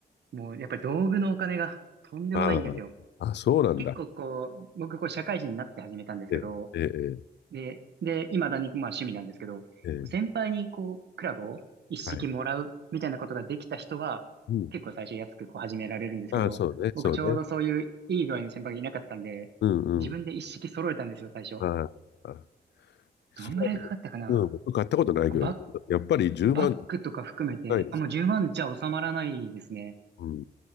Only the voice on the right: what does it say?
もうやっぱり道具のお金がとんでもないんですよ。
結構こう、僕こう社会人になって始めたんですけど、
で、で、未だにまあ趣味なんですけど、こう先輩にこう、
クラブを一式もらうみたいなことができた人は、
結構最初安くこう始められるんですけど、
僕ちょうどそういういい具合の先輩がいなかったんで、
自分で一式揃えたんですよ、
最初。
どんぐらいかかったかな
バッ、
バッグとか含めて、
あ、もう10万じゃ収まらないですね。